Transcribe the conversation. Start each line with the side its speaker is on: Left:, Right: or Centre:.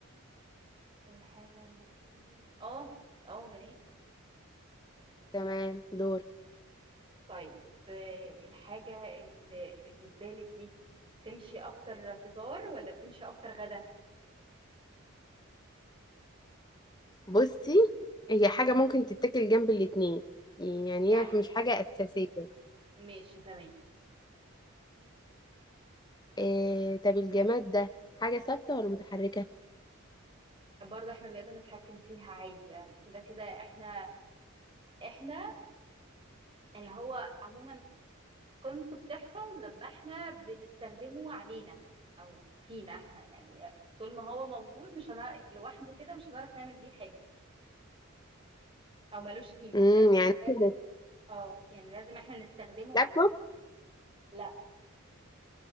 Right: الحاجة اللي في اه اه جميل
Left: تمام دور
Right: طيب آه الحاجة اللي, اللي في بالك دي تمشي أكتر فطار ولا بتمشي أكتر غدا
Left: بصي هي حاجه ممكن تتاكل جنب الاتنين يعني
Right: يعني
Left: هي مش حاجه اساسيه
Right: ماشي تمام
Left: إيه طب الجماد ده حاجة ثابتة ولا متحركة؟
Right: برضه احنا بنقدر نتحكم فيها عادي يعني كده كده احنا احنا يعني هو عموما قيمته بتحصل لما احنا بنستخدمه علينا او فينا احنا يعني طول ما هو موجود مش هنعرف لوحده كده مش هنعرف نعمل بيه حاجة او ملوش قيمة
Left: امم
Right: لازم
Left: يعني
Right: لازم
Left: إنت
Right: اه يعني لازم احنا نستخدمه
Left: لابتوب
Right: علينا لا